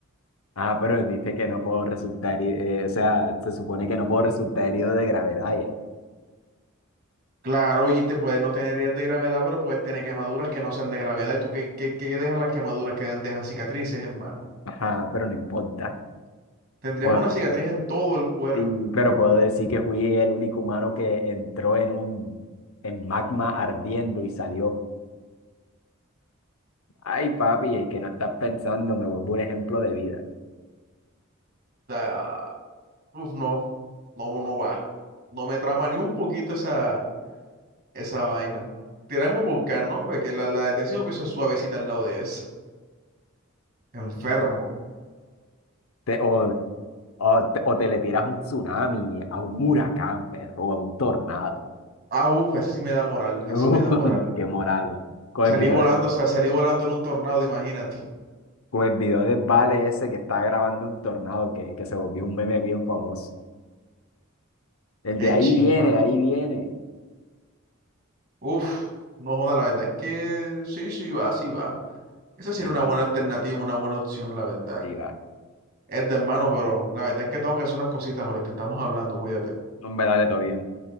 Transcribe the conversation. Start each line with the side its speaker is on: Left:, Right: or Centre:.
Left: Ah, pero dice que no puedo resultar, heri- eh, o sea, se supone que no puedo resultar herido de gravedad ya.
Right: Claro, y te puede no tener heridas de gravedad, pero puedes tener quemaduras que no sean de gravedad. ¿Y tú qué, qué, qué dejan las quemaduras que dejan, dejan cicatrices, hermano?
Left: Ajá, pero no importa.
Right: Tendrías
Left: Pues,
Right: una cicatriz en todo el cuerpo.
Left: Sí, pero puedo decir que fui el único humano que entró en un en magma ardiendo y salió. Ay, papi, es que no estás pensando, me vuelvo un ejemplo de vida.
Right: Ah, Uf, no, no, no va. No me trama ni un poquito esa. esa vaina. Tiramos Volcán, ¿no? hombre, que la, la del décimo piso es suavecita al lado de eso. Enfermo.
Left: Te- o, o, te, o te le tiras un tsunami, a un huracán, perro, a un tornado. <laughs>
Right: Ah, uff, esa sí me da moral, esa
Left: Uh,
Right: sí me da moral.
Left: qué moral, va. Con
Right: Salí
Left: el video,
Right: volando, o sea, salí volando en un tornado, imagínate.
Left: con el video de Vale ese que está grabando un tornado que, que se volvió un meme bien famoso. El
Right: Qué
Left: de ahí
Right: chimba.
Left: viene, ahí viene.
Right: uf no joda, la verdad es que sí, sí va, sí va. Esa sería
Left: Sí,
Right: una
Left: va,
Right: buena alternativa, una buena opción, la verdad.
Left: sí, va.
Right: Es de hermano, pero la verdad es que tengo que hacer unas cositas hoy, te estamos hablando, cuídate.
Left: No, Hombre, dale, todo bien.